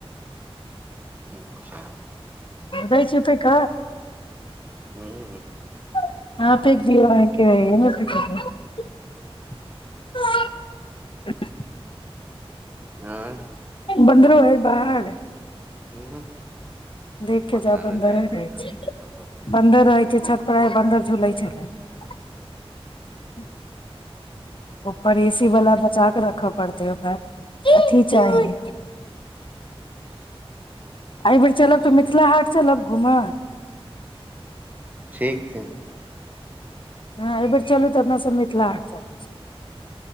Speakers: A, on the right; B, on the left.
A: अच्छा
B: दै छैय पैक
A: हू
B: <unintelligible>
A: अर
B: बन्दरो अइ बाहर?
A: नहि
B: देख के
A: पता
B: जाब बन्दरे
A: लाइट
B: रहै
A: कटतै
B: छै
A: देखऽ पड़तै
B: बन्दर रहै छै प्राय बन्दर झुलै छलै ह्म ऊपर एसी वला बचा क रखब पड़त हो खर अथी चाही एहि बेेर चलब तऽ मिथिला हाट चलब घूमऽ
A: ठीक छै
B: हँ एहि बेेर चलू तऽ अपनासभ मिथिला हाट चलै छै